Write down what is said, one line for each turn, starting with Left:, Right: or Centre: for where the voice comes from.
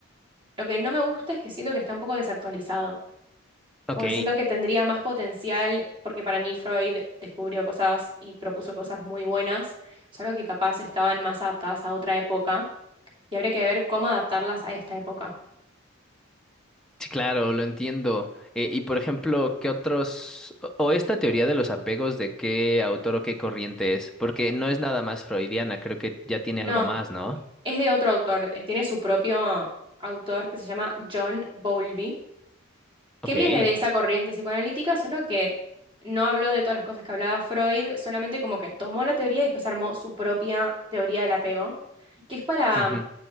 Right: lo que no me gusta es que siento que está un poco desactualizado.
Centre: Ok,
Right: Como que siento que tendría más potencial, porque para mí Freud descubrió cosas y propuso cosas muy buenas, solo que capaz estaban más adaptadas a otra época y habría que ver cómo adaptarlas a esta época.
Centre: Sí, claro, lo entiendo. Eh, y por ejemplo, ¿qué otros, o o esta teoría de los apegos, de qué autor o qué corriente es? Porque no es nada más freudiana, creo que ya tiene
Right: No,
Centre: algo más, ¿no?
Right: Es de otro autor, eh, tiene su propio autor que se llama John Bowlby, que
Centre: Ok,
Right: viene de esa corriente psicoanalítica, solo que no habló de todas las cosas que hablaba Freud, solamente como que tomó la teoría y después armó su propia teoría del apego, que es para
Centre: ujú,
Right: mm,